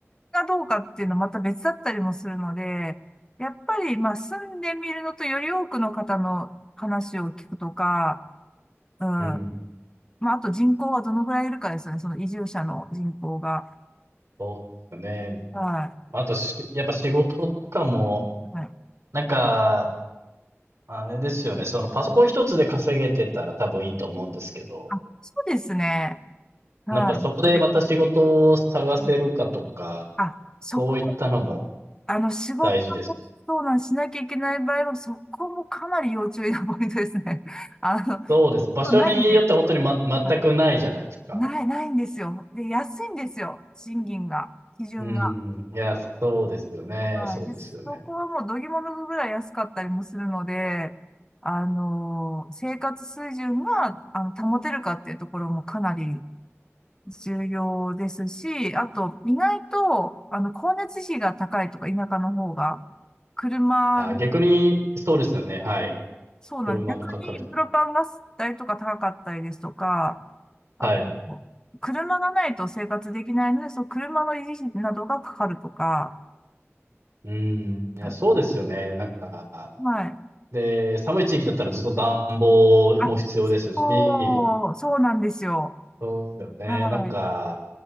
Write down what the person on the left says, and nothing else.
がどうかっていうのはまた別だったりもするので、やっぱり、まあ、住んでみるのとより多くの方の話を聞くとか、うん。ま
あ、あと人口はどのぐらいいるかですよね。その移住者の人口が。
は
い。はい。
あ、そうですね。はい。
でうんあ、そこ
あの、仕事を相談しなきゃいけない場合は、
そこもかなり要注意なポイントですね。<laughs> あの、
そうないんで、
はい、ない、ないんですよ。で、安いんですよ。賃金が、基準が。
はい。
で、そこはもうどぎも抜くぐらい安かったりもするので、あの、生活水準が、あの、保てるかっていうところもかなり重要ですし、あと、意外と、あの、光熱費が高いとか、田舎の方が、車、
そうなんで逆にプロパンガス代とか高かったりですとか、
あと、
車がないと生活できないので、その車の維持費などがかかるとか、
うん
はい。
あ、そう、そうなんですよ。
はい。